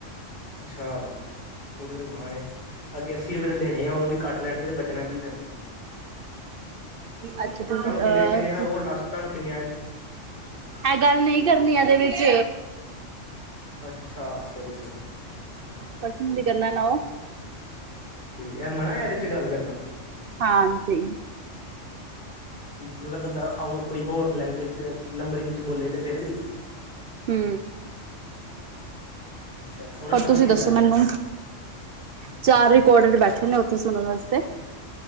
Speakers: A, on the left; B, on the right.
A: ਅੱਛਾ, ਓਦੇ ਮਾਂਏ ਅੱਗੇ, ਅੱਸੀ ਰਪੇ ਦੇ ਦੇਣੇ ਆ ਓਦੇ ਵੀ ਕਾੱਟ ਲੈਨਗੇ ਤੇ ਬਚਨਾ ਕੀ ਫੇਰ?
B: ਅੱਛਾ ਤੁਸੀਂ
A: ਤਾਨੂੰ ਕਿੰਨੇ,
B: ਅਹ
A: ਕਿੰਨੇ ਆ ਹੋਰ ਟਾਸਕ ਹ ਕਿੰਨੇ ਆਏਦੇ?
B: ਏ ਗੱਲ ਨੀ ਕਰਨੀ ਏਦੇ ਵਿੱਚ।
A: ਅੱਛਾ, ਸੋਰੀ, ਸੋਰੀ।
B: ਪਰਸੋਂ ਦੀ ਗੱਲਾਂ ਨਾ ਓਹ <inaudible>
A: ਠੀਕ ਐ, ਮੈ ਆਣਾ ਆ, ਏਦੇ 'ਚ ਗੱਲ ਕਰਨਾ।
B: ਹਾਂਜੀ।
A: ਮ ਮਤਲਬ ਬੰਦਾ ਆਂਊ ਕੋਈ ਹੋਰ ਲੈਂਗਵਜ 'ਚ ਨੰਬਰਿੰਗ 'ਚ ਬੋਲੇ ਤੇ ਫੇਰ ਵੀ?
B: ਹੂੰ।
A: ਅੱਛਾ ਉਹਨਾਂ
B: ਹੋਰ
A: ਨੂੰ ਸਮਝ
B: ਤੁਸੀਂ
A: ਕਿੱਦਾਂ
B: ਦੱਸੋ
A: ਆਏਗਾ?
B: ਮੈਨੂੰ, ਚਾਰ ਰਿਕੋਡੜ ਬੈਠੇ ਨੇ ਓਥੇ ਸੁਨਨ ਵਾਸਤੇ।